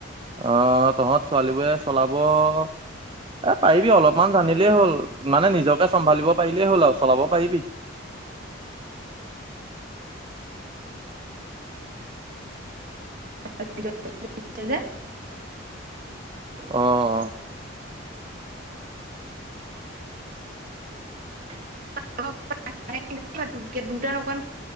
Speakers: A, on the right (about 25°); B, on the right (about 45°).
A: অ' তহঁত ছোৱালীবোৰে চলাব এ পাৰিবি অলপমান জানিলেই হ'ল মানে নিজক তই চম্ভালিব পাৰিলেই হল আৰু চলাব পাৰিবি। <unintelligible>
B: আছে যে
A: অ অ <unintelligible>
B: তোতকে দুটাত অকমান